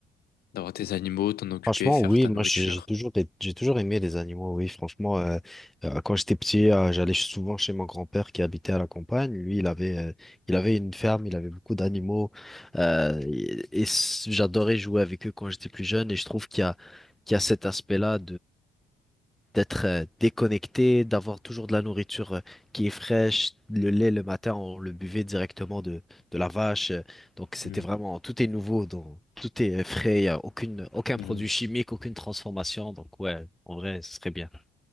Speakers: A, on the left; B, in the centre.
A: d'avoir tes animaux, t'en occuper,
B: Franchement,
A: faire
B: oui,
A: ta
B: moi
A: nourriture.
B: j'ai j'ai toujours, des- j'ai toujours aimé les animaux, oui, franchement, euh, euh, quand j'étais petit, euh, j'allais souvent chez mon grand-père qui habitait à la campagne. Lui, il avait, euh, il avait une ferme, il avait beaucoup d'animaux, euh, et, et s- j'adorais jouer avec eux quand j'étais plus jeune. Et je trouve qu'il y a, qu'il y a cet aspect-là d'être euh, déconnecté, d'avoir toujours de la nourriture euh, qui est fraîche. Le lait le matin, on le buvait directement de, de la vache. euh, Donc c'était
A: Mm.
B: vraiment tout est nouveau, donc tout est euh, frais, y a aucune, aucun
A: Mm.
B: produit chimique, aucune transformation. Donc ouais, en vrai, ce serait bien.